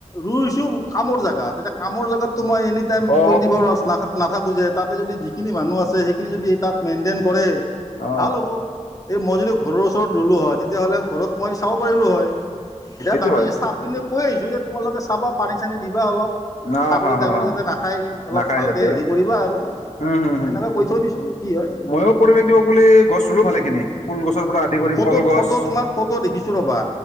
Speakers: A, on the left; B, on the left.
A: ৰুইছোঁ। কামোৰ জেগাত। তেতিয়া কামৰ জেগাত। তো মই এনি টাইম
B: অ
A: টুৱেট ফ'ৰ আৱাৰচ নাখাত নাথাকোঁ যে। তাতে যদি যিখিনি মানুহ আছে সেইখিনি যদি তাত মেনটেইন কৰে।
B: অ
A: ভাল হ'ব এই মই যদি ঘৰৰ ওচৰত ৰুলো হয় তেতিয়াহ'লে। ঘৰত মই চাব পাৰিলোঁ হয়। এতিয়া
B: সেইটো
A: বাকী
B: হয়
A: ষ্টাফ খিনি--। কৈ আহিছো যে তোমালোকে চাবা পানী চানী দিবা অলপ।
B: অ
A: ছাগলী
B: হ হ
A: তাগলী
B: হ
A: যাতে নাখাই অলপ
B: নাখায়
A: ভালকে
B: যাতে
A: হেৰি কৰিবা আৰু
B: উম হম হম
A: সেনেকে কৈ থৈ দিছো কি হয়
B: ময়ো পৰিৱেশ দিৱস বুলি গছ ৰুলো ভালেখিনি ফুল গছৰ পৰা আদি কৰি
A: উপ
B: ফল
A: থু ফটো
B: গছ
A: ফটো তোমাৰ ফটো দেখিছো ৰবা